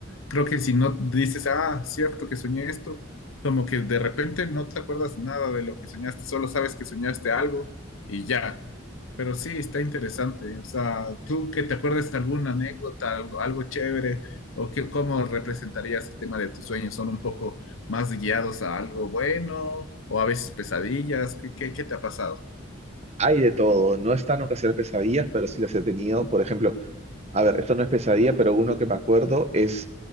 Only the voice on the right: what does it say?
Hay de todo, no es tan que hacer pesadillas, pero sí las he tenido. Por ejemplo, A ver, esto no es pesadilla, pero uno que me acuerdo es,